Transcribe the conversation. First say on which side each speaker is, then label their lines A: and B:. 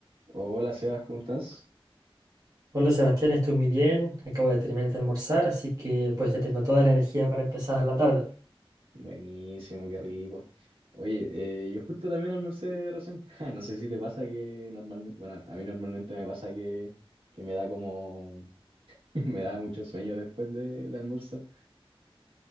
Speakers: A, on the right; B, on the right.
A: Hola Sebas, ¿cómo estás?
B: Hola Sebastián, estoy muy bien. Acabo de terminar de almorzar, así que pues ya tengo toda la energía para empezar la tarde.
A: Buenísimo, qué rico. Oye, eh, yo justo también almorcé recién. <laughs> Ja, No sé si te pasa que normalmente, bueno, a mí normalmente me pasa que, que me da como, <laughs> me da mucho sueño después de, de almorzar.